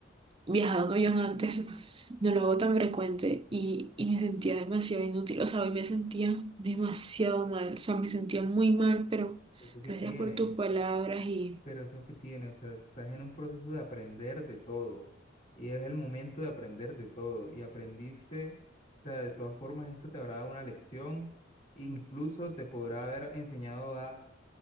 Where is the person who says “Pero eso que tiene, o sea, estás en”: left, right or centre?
Left